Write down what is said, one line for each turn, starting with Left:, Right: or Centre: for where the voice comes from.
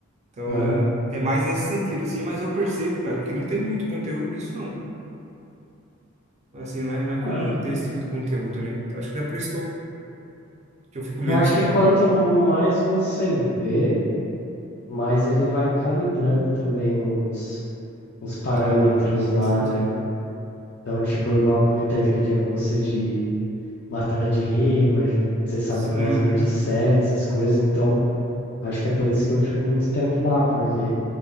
Right: Então,
Left: Aham.
Right: é mais nesse sentido, assim, mas eu percebo, cara, que não tem muito conteúdo disso, não. Assim, não é, não é comum
Left: Ah,
Right: ter esse tipo de conteúdo, né? Então, acho que é por isso que eu, que eu fico menos
Left: eu acho
Right: tempo.
Left: que quanto mais você vê, mas ele vai calibrando também uns, uns parâmetros
Right: Ah,
Left: lá,
Right: faz sentido.
Left: né? Então, tipo, igual eu comentei aquele dia com você de batalha de rima, a gente, você sabe que
Right: Uhum,
Left: eu gosto muito de série, essas coisas, então acho que é por isso que eu fico muito tempo lá, porque